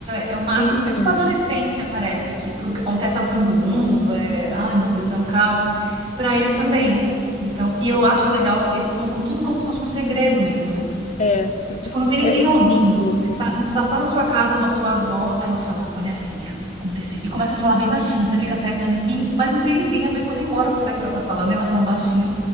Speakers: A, on the right; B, on the left.
A: é, é o máximo.
B: Sim.
A: É tipo adolescência, parece, que tudo que acontece é o fim do mundo, é, ai meu Deus, é um caos. Para eles também. Então, e eu acho legal, eles contam tudo como se fosse um segredo mesmo, né?
B: É,
A: Tipo, não tem ninguém
B: é, eu
A: ouvindo.
B: acho muito fofo.
A: Você tá, tá só na sua casa com a sua avó, ela fala: Olha, filha, aconteceu. E começa a falar bem baixinho, você fica pertinho assim, mas não tem ninguém, a pessoa nem mora por aqui que ela tá falando, e ela falando baixinho,